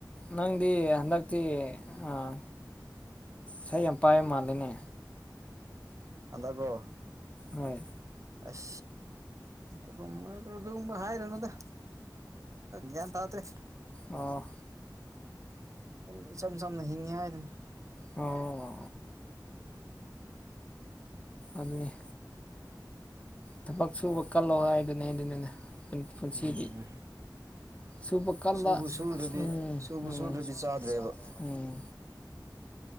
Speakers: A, on the left (about 15°); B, on the right (about 45°).
A: ꯅꯪꯗꯤ ꯍꯟꯗꯛꯇꯤ ꯑꯥ ꯄꯩꯁꯥ ꯌꯥꯝ ꯄꯥꯏꯕ ꯃꯜꯂꯦꯅꯦ
B: ꯍꯟꯗꯕ꯭ꯔꯣ
A: ꯍꯣꯏ
B: ꯑꯁ ꯑꯗꯨꯒꯨꯝꯕ ꯑꯗꯨꯒꯨꯝꯕ ꯍꯥꯏꯔꯨꯅꯨꯗ ꯒ꯭ꯌꯥꯟ ꯇꯥꯗ꯭ꯔꯦ
A: ꯑꯣ
B: <unintelligible> ꯍꯥꯏꯗꯨꯅꯤ
A: ꯑꯣ ꯑꯗꯨꯅꯦ ꯊꯕꯛ ꯁꯨꯕ ꯀꯜꯂꯣ ꯍꯥꯏꯗꯨꯅꯦ ꯑꯗꯨꯅꯅꯦ ꯄꯨꯟꯁꯤꯗꯤ
B: ꯎꯝ
A: ꯁꯨꯕ ꯀꯟꯕ
B: ꯁꯨꯕꯨ ꯁꯨꯗ꯭ꯔꯗꯤ
A: ꯎꯝ
B: ꯁꯨꯕꯨ
A: ꯎꯝ
B: ꯁꯨꯗ꯭ꯔꯗꯤ ꯆꯥꯗ꯭ꯔꯦꯕ
A: ꯎꯝ